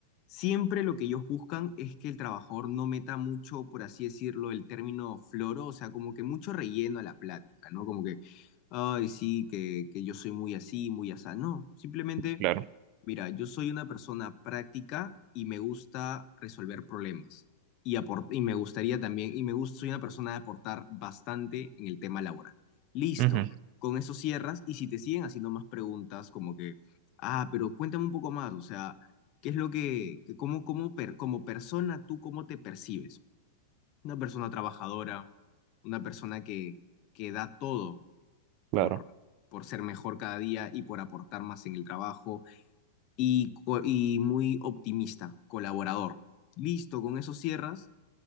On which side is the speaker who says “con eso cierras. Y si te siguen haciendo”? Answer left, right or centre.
Left